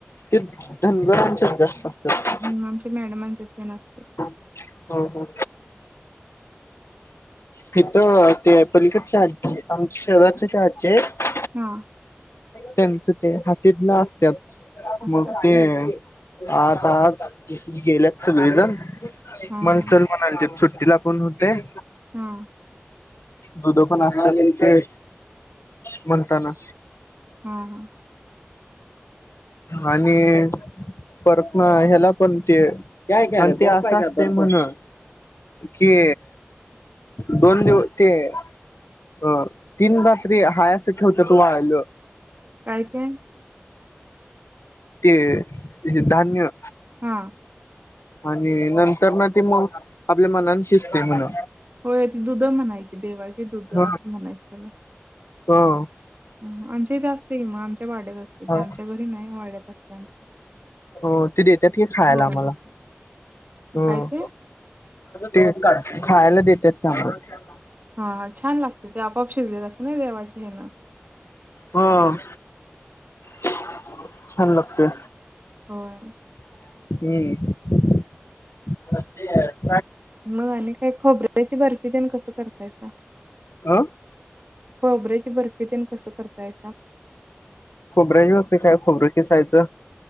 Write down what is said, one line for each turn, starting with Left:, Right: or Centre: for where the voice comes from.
Left: ते न धनगरांच्यात जास्त. असतात
Right: हम्म, <unintelligible>
Left: हो हो! तिथं ते पलीकड आजी आमच्या शहराच्या आजी आहे.
Right: हा!
Left: त्यांचं ते हातीतलं असत्या
Right: असत्यात
Left: मग ते
Right: काय?
Left: आता आज गेल्यात सगळेजण
Right: हां,
Left: मणचल
Right: हां.
Left: म्हनाले ते सुट तिला कोण होतय.
Right: हूं!
Left: दुध पण असतात ते म्हणताना.
Right: हा हा.
Left: आणि? परत म ह्याला पण ते ते अस म्हनून. कि दोन दिव ते अ तीन रात्री हाया अस ठेवत्यात वाळायला
Right: काय ते?
Left: ते हे धान्य.
Right: हा!
Left: आणि नंतर ना ते मग आपल्या मनान शिजते म्हण.
Right: होय ती दुध म्हणायची देवाची दुध आसं
Left: ह
Right: म्हणायच त्याला
Left: हो!
Right: आमच्या इथं असते किं, म आमच्या वाड्यात असते
Left: हा
Right: आमच्या घरी नाही, वाड्यात असते आमच्या.
Left: हो ते देतात की खायला
Right: होय
Left: आम्हाला
Right: असते.
Left: हो
Right: काय ते?
Left: ते खायला देतात की आमाला
Right: हा छान लागते ते आपआप शिजलेलं असत ना देवाचे हेन
Left: हं छान लागतेय
Right: होय. !
Left: हूं!
Right: मग आणि काही खोबर्याची बर्फी तेन कसं करतायसा
Left: आ.
Right: खोबऱ्याची बर्फी ते न कसं करताय
Left: खोबऱ्याची बर्फी काय खोबरं किसायचं.